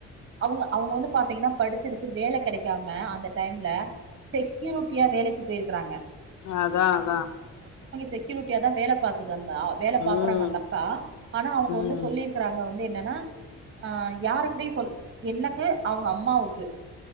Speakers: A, on the right (about 45°); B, on the left (about 85°).
A: அவங்க அவங்க வந்து பாத்தீங்கன்னா படிச்சதுக்கு வேலை கிடைக்காம அந்த டைம்ல செக்யூரிட்டியா வேலைக்கு போயிருக்கறாங்க
B: அதா அதா
A: செக்யூட்டிய தா வேலை பாக்குது அந்த வேலை
B: ம்
A: பார்க்கறாங்க அந்த அக்கா ஆனா அவங்க
B: ம்
A: வந்து சொல்லியிருக்கிறாங்க வந்து என்னன்னா அஹ் யாருக்கிட்ட சொல் என்னக்கு அவங்க அம்மாவுக்கு